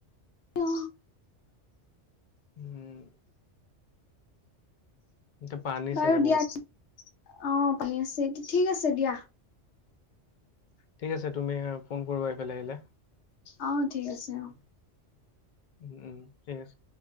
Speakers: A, on the left; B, on the left.
A: অ।
B: উম এতিয়া পানী
A: বাৰু
B: চাগে
A: দিয়া,
B: বহুত
A: অ, পানী আছে। ঠিক আছে দিয়া।
B: ঠিক আছে তুমি আ ফোন কৰিবা এইফালে আহিলে।
A: অ, ঠিক আছে অ,
B: উম, ঠিক আছে।